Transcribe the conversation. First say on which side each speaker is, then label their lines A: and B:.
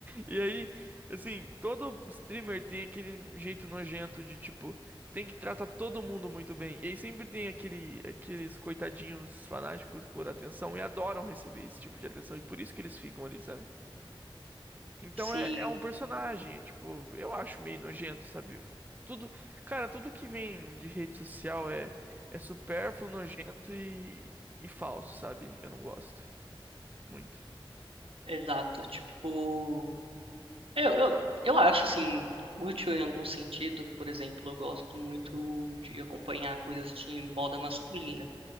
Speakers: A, on the right; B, on the right.
A: E aí, assim, todo streamer tem aquele jeito nojento de tipo, tem que tratar todo mundo muito bem. E aí sempre tem aquele, aqueles coitadinhos fanáticos por atenção e adoram receber esse tipo de atenção e por isso que eles ficam ali, sabe? Então
B: sim,
A: é, é um personagem, é, tipo, eu acho meio nojento, sabe? Tudo, cara, tudo que vem de rede social é é supérfluo, nojento e, e falso, sabe? Eu não gosto muito.
B: exato, tipo... Eu, eu, eu acho, assim, útil em algum sentido, que, por exemplo, eu gosto muito de acompanhar coisas de moda masculina.